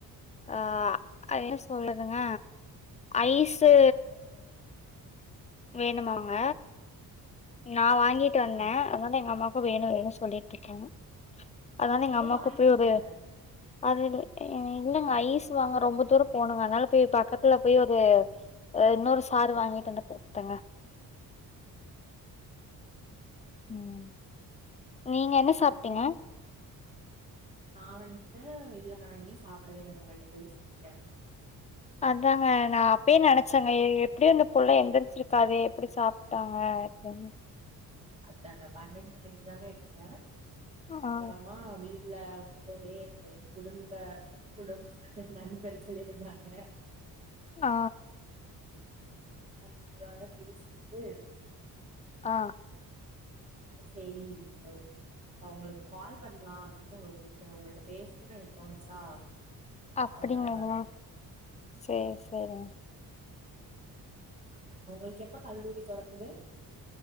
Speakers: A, on the left; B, on the right.
A: அ என்ன சொல்லுதுங்க ஐஸு வேணுமாங்க நா வாங்கிட்டு வந்தே
B: ஆ
A: அதனால எங்க அம்மாவுக்கு வேணு வேணு சொல்லிட்டு இருக்கங்க அதனால
B: அப்ப
A: எங்க அம்மாவுக்கு
B: வாங்கி
A: போய்
B: குடுங்க
A: ஒரு அது இல்ல எங்க இல்லங்க ஐஸ் வாங்க ரொம்ப தூர போனுங்க அதனால போய் பக்கத்துல போய் ஒரு ஆ இன்னொரு சாரு வாங்கிட்டு வந்து குடுத்துட்டாங்க
B: அவ்ளோதாங்க
A: ம் நீங்க என்ன சாப்ட்டீங்க
B: அப்றோ நா வன்ட்டு இல்லங்க நா இன்னியு சாப்டவே இல்ல நா உங்கள்ட்ட போய் சொல்லிட்டே
A: அதாங்க நா அப்பயே நெனச்சங்க எ எப்டியு இந்த புள்ள எந்திருச்சிருக்காதே எப்டி சாப்ட்டாங்க தண்ணி
B: அதாங்க பன்னெண்டு மணிக்கு தாங்க எந்திச்சே
A: ஆ
B: அப்பறமா வீ ட்டுல வந்துட்டு ஒரே குடும்ப குடும் நண்பர்கள் இருந்தாங்க
A: ஆ
B: அவுங்களோட பேசிட்டு
A: ஆ
B: சேரி இந்த ஒ அவுங்களுக்கு கால் பண்ணலா அப்டின்னு உங்களுக்கு கூப்ட்டங்க உங்களிட்ட பேசணுனு எனக்கு தோணுச்சா
A: அப்டிங்களா
B: அதனாலதாங்க
A: செர் செரிங்க
B: ஆமா உங்களுக்கு எப்ப கல்லூரி தொறக்குது